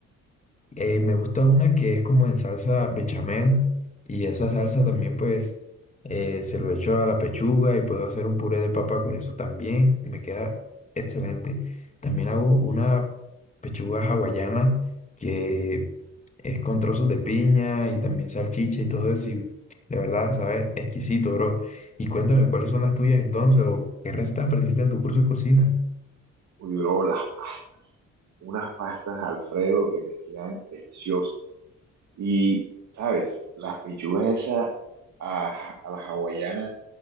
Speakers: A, on the left; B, on the right.
A: Eh, me gusta una que es como en salsa bechamel y esa salsa también pues eh, se lo echo a la pechuga y puedo hacer un puré de papa con eso también y me queda excelente. También hago una pechuga hawaiana que es con trozos de piña y también salchicha y todo eso y de verdad sabe exquisito, bro. Y cuéntame cuáles son las tuyas entonces o qué recetas aprendiste en tu curso de cocina.
B: Uy, bro, las pastas. Unas pastas, Alfredo, que me quedan deliciosas. Y, ¿sabes? Las pechugas esas a, a la hawaiana